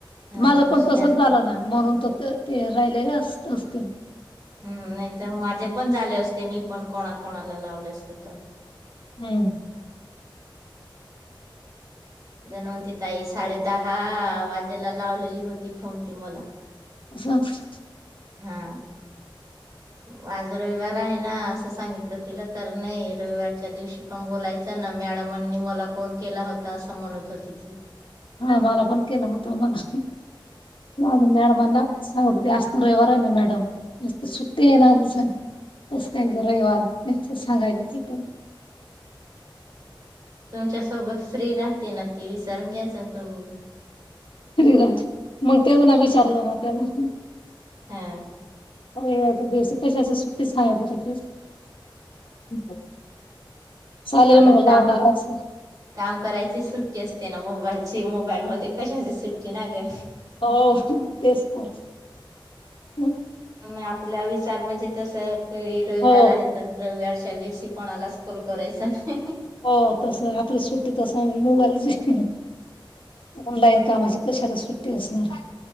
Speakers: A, on the right (about 40°); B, on the left (about 75°).
A: हा
B: माझं
A: दुसऱ्या
B: पण तसच झालं ना, म्हणून तर ते राहिलेले असत. तीन.
A: हम्म नाहीतर माझे पण झाले असते. मी पण कोणाकणाला लावले असते. <unintelligible>
B: <unintelligible>
A: दणवंती ताई साडे दहा वाजेला लावलेली होती फोन ती मला.
B: <unintelligible>
A: हा. वाज रविवार आहे ना, असं सांगितलं तिला. तर नाही रविवारच्या दिवशी पण बोलायचं ना मॅडमांनी मला कॉल केला होता असं म्हणत होती ती
B: हा मला पण केलं होतं मणा अजून मॅडमांना सगत पुरेवार आहे ना मॅडम मस्त सुट्टी येणार कस काय गवार सांगायचं ते पण
A: तुमच्या सोबत फ्री राह ते ना ते विचारून घ्यायचं तुम्ही
B: हिराज मग तेच ना विचारलं ना त्यान
A: हा
B: हो बेस पैशा अस असहा म ते <inaudible> चालेल
A: आपल
B: मग
A: काम
B: लावणार आज
A: काम करायची सुट्टी असते ना मोबाईल मोबाईल मध्ये कशा सुट्टी ना ग
B: हो तेच तर हम्
A: आपल्या विचार म्हणजे तसं री रविवार
B: हो
A: आहेत रविवारच्या दिवशी कोणाला स्कूल करायच नाही
B: हो तस आपली सुट्टी तस मोबाईलची ऑनलाईन कामाची कशाला सुट्टी तेसणार